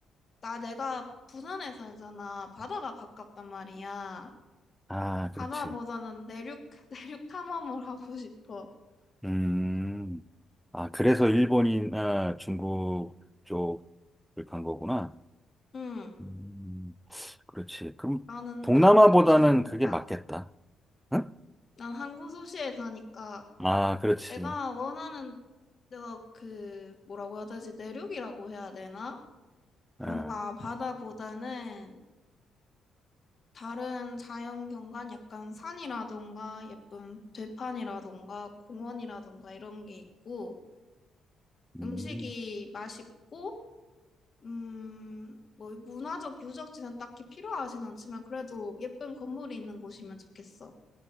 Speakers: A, on the left (about 40°); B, in the centre.
A: 나 내가 부산에 살잖아. 바다가 가깝단 말이야.
B: 아, 그렇지.
A: 바다보다는 내륙, <laughs> 내륙 탐험을 하고 싶어.
B: 음, 아, 그래서 일본이나 중국 쪽을 간 거구나.
A: 응.
B: 음, 그렇지. 그럼
A: 나는
B: 동남아보다는
A: 항구 도시에 사니까.
B: 그게 맞겠다. 응?
A: 난 항구 도시에 사니까
B: 아, 그렇지.
A: 내가 원하는, 내가 그, 뭐라고 해야 되지? 내륙이라고 해야 되나?
B: 아,
A: 뭔가 바다보다는 다른 자연경관, 약간 산이라던가 예쁜 들판이라던가 공원이라던가 이런 게 있고
B: 음.
A: 음식이 맛있고 음, 뭐 문화적 유적지는 딱히 필요하진 않지만 그래도 예쁜 건물이 있는 곳이면 좋겠어.